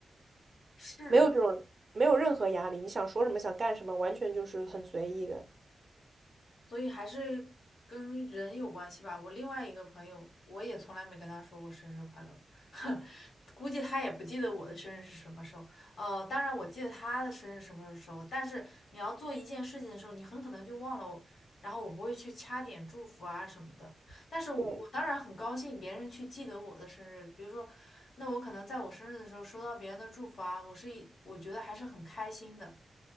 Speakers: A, on the left; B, on the right.
A: 是。
B: 没有这种，没有任何压力。你想说什么，想干什么，完全就是很随意的。
A: 所以还是跟人有关系吧。我另外一个朋友，我也从来没跟他说过生日快乐，<laughs> 估计他也不记得我的生日是什么时候。呃，当然我记得他的生日什么时候，但是你要做一件事情的时候，你很可能就忘了我然后我不会去掐点祝福啊什么的，但是我，
B: 对，
A: 我当然很高兴别人去记得我的生日。比如说，那我可能在我生日的时候收到别人的祝福啊，我是一我觉得还是很开心的。